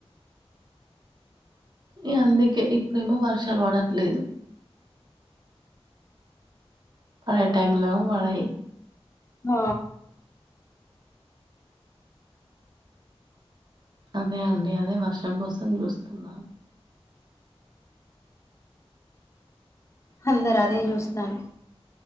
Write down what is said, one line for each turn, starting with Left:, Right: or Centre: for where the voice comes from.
Right: ఈగ అందుకే ఇప్పుడేమో వర్షాలు పడట్లేదు పడే టైం లో పడయి
Left: హ
Right: అదే అండి అదే వర్షం కోసం చూస్తున్నాం
Left: అందరు అదే చూస్తారు